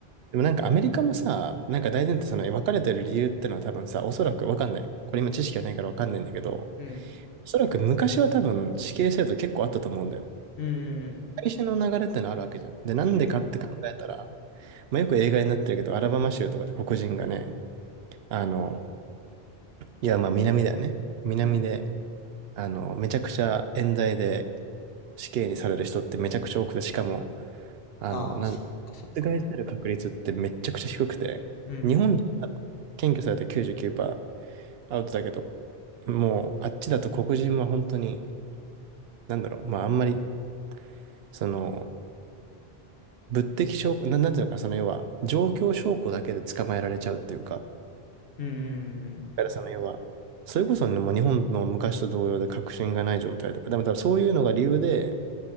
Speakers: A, on the right; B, on the left.
A: でもなんかアメリカもさ、なんか大前提その別れてる理由ってのは多分さ、おそらくわかんない。これ今知識がないからわかんないんだけど、お
B: うん。
A: そらく昔は多分死刑制度結構あったと思うんだよ。
B: うん。
A: 最初の流れってのあるわけじゃん。で、なんでかって考えたら、
B: うん。
A: まあ、よく映画になってるけど、アラバマ州とかで黒人がね、あの、いや、まあ南だよね。南で、
B: うん。
A: あの、めちゃくちゃ冤罪で死刑にされる人ってめちゃくちゃ多くて、しかも、あの、
B: ああ、
A: なんだ、
B: そっかそっか。
A: 覆される確率ってめちゃくちゃ低くて、
B: うんうん。
A: 日本でも多分、検挙された99%アウトだけど、もう、あっちだと黒人は本当に、なんだろう、まああんまり、その、物的証拠、な、なんていうのかな、その要は、状況証拠だけで捕まえられちゃうっていうか、だ
B: うん
A: からその要は、それこそね、もう日本の昔と同様で確信がない状態とか、でも多分そういうのが理由で、